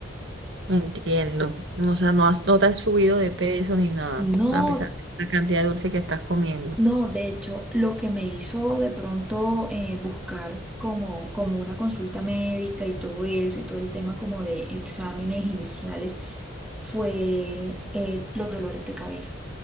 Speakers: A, on the right; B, in the centre.
A: me entiendo. O sea, no has- no te has subido de peso ni nada,
B: No,
A: a pesar de la cantidad de dulce que estás comiendo.
B: No, de hecho, lo que me hizo de pronto eh, buscar como, como una consulta médica y todo eso y todo el tema como de exámenes iniciales fue eh, los dolores de cabeza